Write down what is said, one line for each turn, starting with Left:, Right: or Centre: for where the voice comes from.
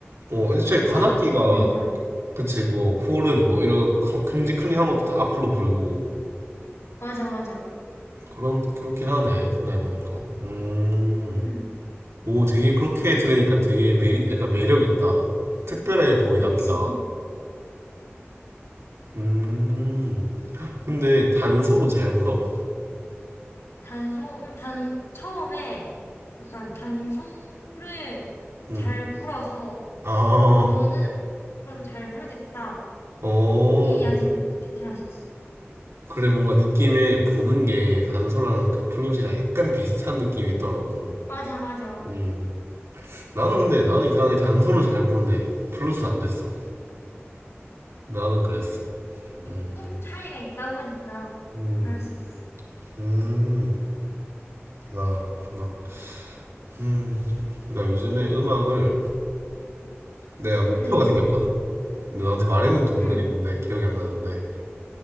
Right: 어, 애초에 관악기가,
Left: 다 앞으로 밀지 않아.
Right: 그치, 뭐, 홀은 뭐 이런 큼직큼직한 것도 다 앞으로 불고,
Left: 맞아, 맞아.
Right: 그런, 그렇긴 하네, 생각해보니까. 음,
Left: 응,
Right: 오, 되게 그렇게 들으니까 되게 매리, 약간 매력 있다. 특별해 보인
Left: 그치.
Right: 악기다. 음, 근데 단소도 잘 불어?
Left: 단송, 음, 단, 처음에 약간 단송을
Right: 음,
Left: 잘 불어서,
Right: 아,
Left: 어, 너는 앞으로도 잘 불겠다.
Right: 어.
Left: 이 이야기를 듣긴 들었었어.
Right: 그래, 뭔가 느낌에 부는 게 단소랑 그 플룻이랑 약간 비슷한 느낌이 있더라고.
Left: 맞아, 맞아.
Right: 음. 나는 근데 나는 이상하게 단수는 잘 보는데 플러스는 안 됐어. 나는 그랬어.
Left: 이게
Right: 음.
Left: 조금 차이가 있다 보니까
Right: 음.
Left: 그럴 수 있어.
Right: 음. 아, 그렇구나. 음. 나 요즘에 음악을 내가 목표가
Left: 응,
Right: 생겼거든. 근데 너한테 말했는지 모르겠는데
Left: 응,
Right: 기억이 안 나는데